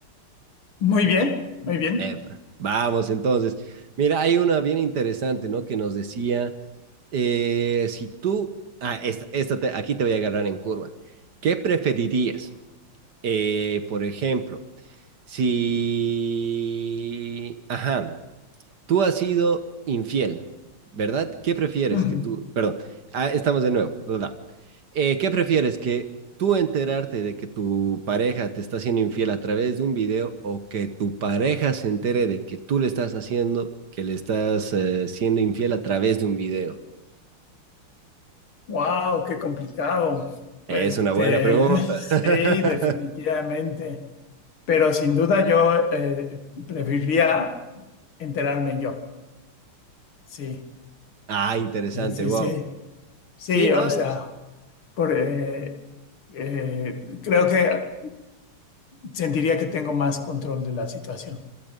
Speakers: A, on the left (about 75°); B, on the right (about 55°).
A: Muy bien, muy bien.
B: Epa, Vamos entonces. Mira, hay una bien interesante, ¿no? Que nos decía, eh, si tú, ah, esta, esta te- aquí te voy a agarrar en curva. ¿Qué preferirías? Eh, por ejemplo, si, ajá, Tú has sido infiel, ¿verdad? ¿Qué prefieres
A: Ujú.
B: que tú, perdón, ah, estamos de nuevo, ¿verdad? Eh, ¿Qué prefieres que tú enterarte de que tu pareja te está haciendo infiel a través de un video o que tu pareja se entere de que tú le estás haciendo, que le estás eh, siendo infiel a través de un video?
A: Wow, qué complicado.
B: Es
A: Este,
B: una buena pregunta.
A: <laughs> sí,
B: <laughs>
A: definitivamente. Pero sin duda yo eh, preferiría enterarme yo. Sí,
B: Ah, interesante,
A: sí, sí,
B: wow.
A: sí. Sí,
B: Sí, ¿no?
A: o
B: Es,
A: sea, por, eh, eh, creo que sentiría que tengo más control de la situación.